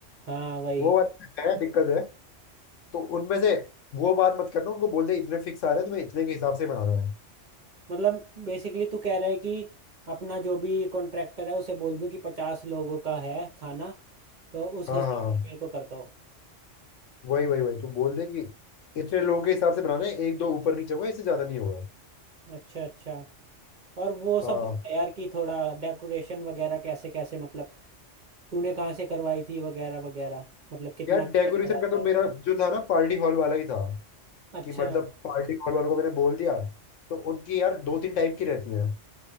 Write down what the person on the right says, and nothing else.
हाँ वही
मतलब बेसिकली तू कह रहा है कि अपना जो भी कॉन्ट्रैक्टर है उसे बोल दूं कि पचास लोगों का है खाना तो उस
हिसाब
से मेरे को कर दो
अच्छा अच्छा और वो सब
बता यार कि थोड़ा डेकोरेशन वगैरह कैसे कैसे मतलब तूने कहाँ से करवाई थी वगैरह वगैरह मतलब कितना
खर्चा
आ जाता
है
अच्छा